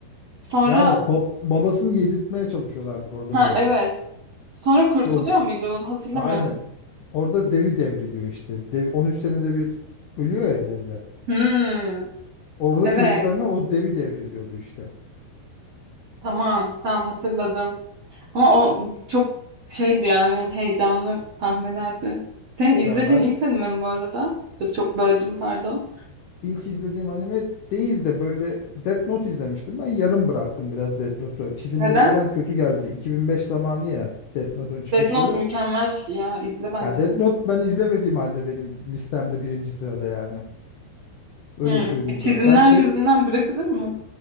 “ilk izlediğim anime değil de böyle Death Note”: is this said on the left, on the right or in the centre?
Left